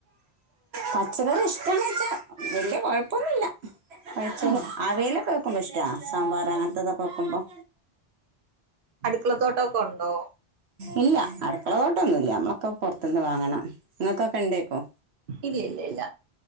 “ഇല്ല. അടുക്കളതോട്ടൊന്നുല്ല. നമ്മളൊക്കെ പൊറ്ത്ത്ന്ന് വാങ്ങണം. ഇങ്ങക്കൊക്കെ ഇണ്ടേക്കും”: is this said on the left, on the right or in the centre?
Right